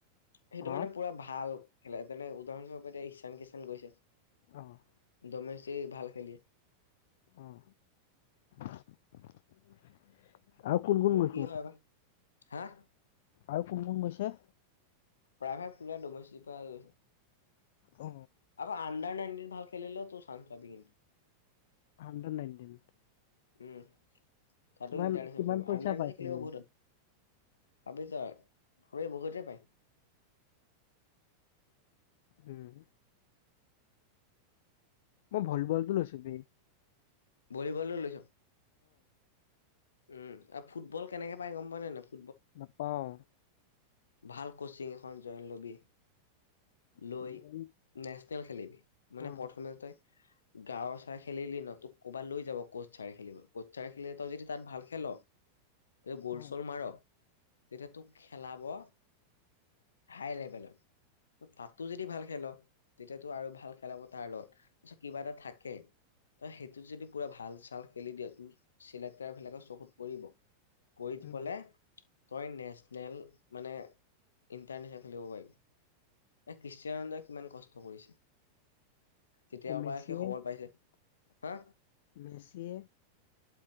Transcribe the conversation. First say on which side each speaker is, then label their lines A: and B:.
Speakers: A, on the left (about 70°); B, on the left (about 55°).
A: সেইটো
B: অ
A: মানে পুৰা ভাল। খেলাই পেলাই উদাহৰণস্বৰূপে- এতিয়া ঈছান- -কিষাান গৈছা?
B: আহ',
A: ডমেষ্টি ভাল খেলি,
B: উম আৰু কোন-কোন
A: মোৰ
B: গৈছে?
A: কি হয় বা হা',
B: আৰু কোন-কোন গৈছে?
A: প্ৰায়ভাগ পোৰা ডমেষ্টিৰ পা গৈছে।
B: অ
A: আকৌ আণ্ডাৰ-নাইনটিৰ ভাল, খেলিলেওতো চাঞ্জ পাবি কিন্তু,
B: হান্দ্ৰেদ -নাইনটিন
A: উম', তাতো
B: কিমান
A: ইণ্টাৰনেচনেল
B: কিমান
A: খেলিব,
B: পইচা
A: আণ্ডাৰ - নাইনটিন,
B: পাইছিল
A: খেলিব বহুত। আবেজাৰ ৰে বহুতে পায়
B: উম', মই', ভলিবলটো লৈছো বে ',
A: ভলিবলতো লৈছোঁ। উম', আৰু ফুটবল কেনেকে পাই গম পাওঁ নে নেপা?
B: নাপাওঁ,
A: ভাল কোচিং এখন জয়ন লবি, লৈ
B: ফুটবল
A: নে, খেল-খেলিবি, মানে
B: অ
A: প্ৰথমে তাই গাঁৱৰ চাই খেলিলি ন তু ক'ৰবাত লৈ যাব কোচ ছাৰে খেলিব কোচ ছাৰে খেলিলে তই যদি তাত ভাল খেল। এই গোল
B: অ
A: চোল মাৰ তেতিয়া তোক খেলাব হাই লেভেলত তাতো যদি ভাল খেল। তেতিয়াতো আৰু ভাল খেলাব তাৰ লগত তাৰত কিবা এটা থাকে। ত সেইটোত যদি পুৰা ভাল চাল খেলি দিয় তোৰ চিলেক্টৰ বিলাকৰ চকুত পৰিব। কৰিত
B: উম
A: পলে তই নেচনেল। মানে ইণ্টাৰনেচ নেল খেলিব পাৰিম। <inaudible> কিমান কষ্ট কৰিছে? তেতিয়াৰ
B: উমেচে
A: পৰা সি সবল পাইছে হা
B: মেচে।